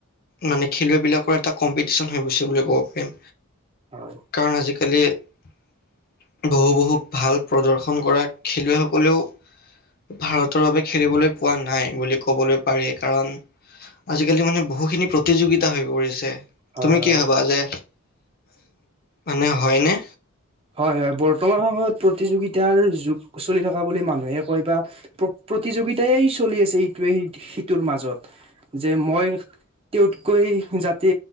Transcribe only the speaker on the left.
মানে খেলুৱৈবিলাকৰ এটা কম্পিটিশন হৈ গৈছে বুলি ক'ব পাৰিম
কাৰণ আজিকা আজিকালি বহু বহু ভাল প্ৰদৰ্শন কৰা খেলুৱৈসকলেও ভাৰতৰ বাবে খেলিবলৈ পোৱা নাই বুলি ক'বলৈ পাৰি কাৰণ আজিকালি মানে বহুখিনি প্ৰতিযোগিতা হৈ পৰিছে
তুমি
কি হবা যে মানে হয়নে